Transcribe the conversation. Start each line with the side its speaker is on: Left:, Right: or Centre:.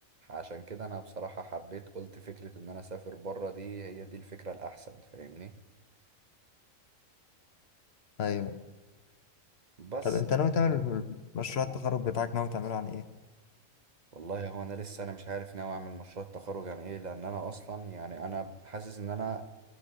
Right: عشان كده أنا بصراحة حبيت قلت فكرة إن أنا أسافر بره دي هي دي الفكرة الأحسن فاهمني
Left: ايوه
Right: بس
Left: طب انت
Right: فأنا
Left: ناوي تعمل مشروع التخرج بتاعك ناوي تعمله عن ايه
Right: والله هو أنا لسه أنا مش عارف ناوي أعمل مشروع التخرج عن إيه لأن أنا أصلا يعني أنا حاسس إن أنا